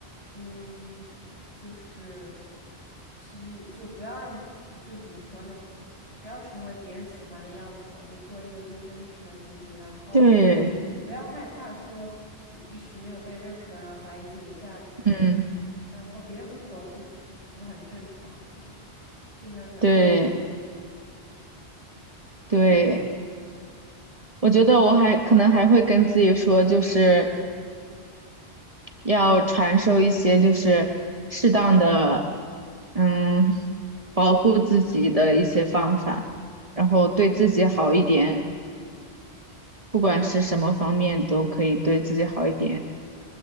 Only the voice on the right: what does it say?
对，
嗯。
对对，我觉得我还可能还会跟自己说，就是要传授一些就是适当的，嗯，保护自己的一些方法，然后对自己好一点，不管是什么方面都可以对自己好一点。